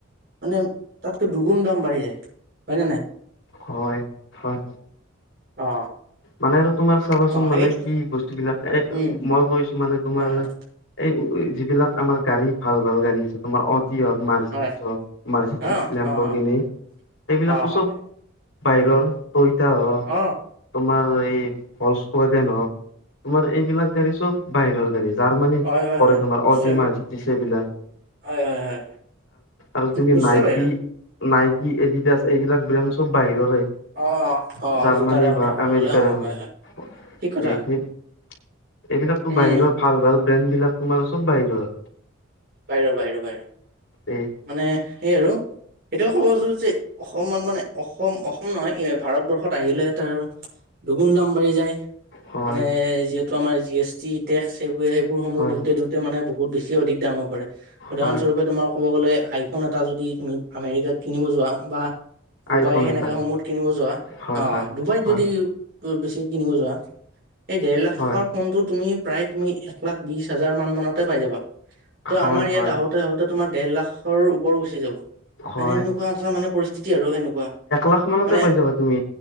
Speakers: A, on the right (about 50°); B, on the left (about 65°).
A: মানে তাতকৈ দুগুণ দাম বাঢ়ি যায় হয় ন নাই?
B: হয়, হয়
A: অ
B: মানে আৰু তোমাৰ চাবাচোন
A: অ সেইটোতো
B: মানে কি বস্তু বিলাক এ
A: উম
B: মই কৈছো মানে তোমাৰ
A: হয় হয়
B: এই যিবিলাক আমাৰ গাড়ী ভাল-ভাল গাড়ী আছে তোমাৰ। অ, যি হওক মাৰচিডিচ
A: হয়
B: হওক মাৰচিডিচ
A: অ
B: লেম্বৰগিনি
A: অ অ অ
B: সেইবিলাকো
A: অ হয়
B: চব বাহিৰৰ কইতা হ
A: অ
B: তোমাৰ এই ফলচ পোৱাকে নহওক তোমাৰ এইবিলাক গাড়ী চব বাহিৰৰ গাড়ী। জাৰ্মানী
A: হয় হয়
B: পৰে
A: হয়
B: তোমাৰ
A: নিশ্চয়
B: অদি মাৰচিদিছ এইবিলাক।
A: হয় হয় হয়
B: আৰু তুমি
A: নিশ্চয়
B: নাইকি,
A: বাহিৰ
B: নাইকি এডিডাছ এইবিলাক ব্ৰেণ্ড চব বাহিৰৰে।
A: অ অ অ
B: জাৰ্মানী
A: জোতাৰে কথা
B: বা
A: ক'ব
B: আমেৰিকাৰ
A: গ'লে অ
B: হল
A: হয় হয় ঠিক কথা
B: সেই। এইবিলাকো
A: উম
B: বাহিৰৰ ভাল ভাল ব্ৰেণ্ড বিলাক তোমাৰ চব বাহিৰৰ।
A: বাহিৰৰ, বাহিৰৰ, বাহিৰৰ।
B: এই
A: মানে সেই আৰু সেইটোয়ে ক'বো যে অসমান মানে অসম অসম নহয় এ ভাৰতবৰ্ষত আহিলে তাৰ দুগুণ দাম বাঢ়ি যায়।
B: হয়
A: মানে যিহেতু আমাৰ জি এছ টি টেক্স এইবোৰ সেইবোৰ সমূহ
B: হয়
A: দিওঁতে দিওঁতে মানে বহুত বেছি অধিক দামত উদাহৰণ
B: হয়
A: স্বৰূপে তোমাৰ কব গলে আইফোন এটা যদি তুমি আমেৰিকাত কিনিব যোৱা বা ডুবাই
B: আইফোন
A: সেনেকা
B: এটা
A: সময়ত কিনিব যোৱা
B: হয়
A: অ
B: হয়
A: ডুবাইত
B: হয়
A: যদি বেছিক কিনিব যোৱা এই দেৰ লাখ
B: হয়
A: টকাৰ ফোনটো তুমি প্ৰায় তুমি এক লাখ বিশ হাজাৰ মান মানতে পাই যাবা। তো
B: হয়
A: আমাৰ ইয়াত
B: হয়
A: আহোতে আহোঁতে তোমাৰ দেৰ লাখৰ ওপৰো গুচি যাব। মানে
B: হয়
A: এনেকুৱা এটা মানে পৰিস্থিতি আৰু এনেকুৱা
B: পঞ্চাচতে
A: মানে
B: পাই যাবা তুমি